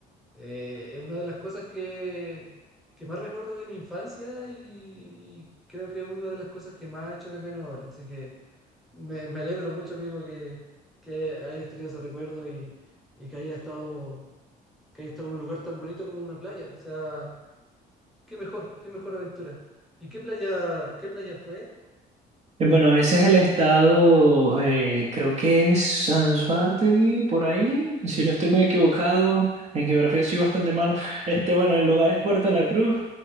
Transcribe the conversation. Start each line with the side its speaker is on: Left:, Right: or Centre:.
Centre: Eh, es una de las cosas que, que más recuerdo de mi infancia y, y creo que es una de las cosas que más echo de menos ahora. Así que me, me alegro mucho, amigo, que, que hayas tenido ese recuerdo y, y que haya estado, que haya estado en un lugar tan bonito como una playa. O sea, qué mejor, qué mejor aventura. ¿Y qué playa, qué playa fue?
Right: Eh, Bueno, ese es el estado, eh, creo que es Sansuategui, por ahí, si no estoy muy equivocado, en geografía soy bastante malo. Este, bueno, el lugar es Puerto La Cruz.